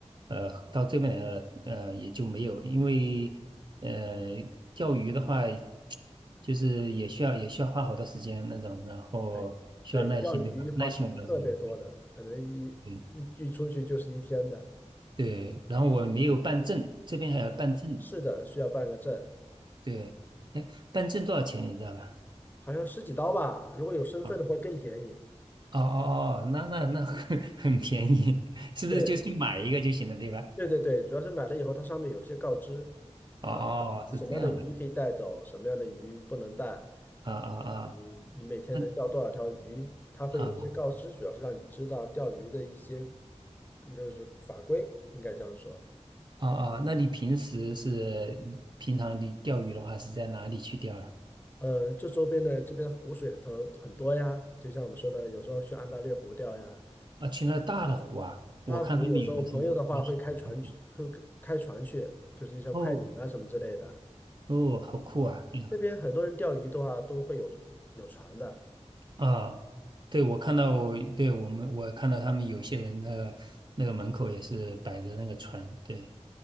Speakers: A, on the right; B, on the left.
A: 呃到这边来了，呃也就没有，因为呃钓鱼的话，就是也需要也需要花好多时间那种，然后需要耐心，
B: 对对，钓鱼、
A: 对吧？
B: 滑行特别多的，
A: 耐心我倒是有，
B: 可能一一一出去就是一天的。
A: 对对，然后我没有办证，这边还要办证，
B: 是的，需要办个证，
A: 对，哎，办证多少钱你知道吧？
B: 好像十几刀吧。如果有身份的话更便宜。
A: 啊，哦哦哦，那那那很 <laughs> 很便宜，<laughs> 是不是就去买一个就行了，
B: 对
A: 对吧？
B: 对对对，主要是买了以后，它上面有些告知
A: 哦哦，
B: 啊，你什么样的鱼可以带走，
A: 是这样的，
B: 什么样的鱼不能带，
A: 啊啊啊，
B: 嗯你你每天能钓多少条鱼，
A: 那
B: 它会有些告知，
A: 啊
B: 主要是让你知道钓鱼的一些就是法规，应该这样说。
A: 啊啊，那你平时是平常你钓鱼的话是在哪里去钓了？
B: 呃，这周边的这边湖水很很多呀，就像我们说的，有时候去安大略湖钓呀，
A: 啊，去那大的湖啊，
B: 大湖有时候朋友的话会开船去，
A: 我看他们有的是那小的湖，
B: 会开开船去，就是一些快艇啊什么之类的。
A: 哦哦，好酷啊，
B: 嗯，
A: 对呀
B: 这边很多人钓鱼的话都会有有船的，
A: 啊。对，我看到我，对，我们，我看到他们有些人那个那个门口也是摆着那个船，对。